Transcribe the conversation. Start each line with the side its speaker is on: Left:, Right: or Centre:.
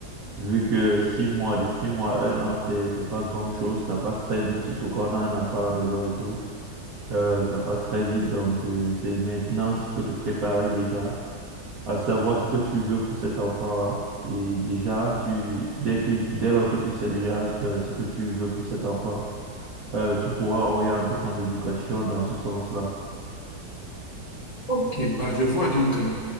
Right: vu que six mois, de six mois à un an, c'est, c'est pas grand-chose, ça passe très vite, surtout quand on a un enfant à la maison et tout. Euh, ça passe très vite, donc euh, c'est maintenant qu'il faut te préparer déjà à savoir ce que tu veux pour cet enfant-là. Et déjà, tu, dès que, dès lors que tu sais déjà euh, ce que tu veux pour cet enfant, euh, tu pourras orienter son éducation dans ce sens-là.
Left: Ok, bah je vois. Donc, euh,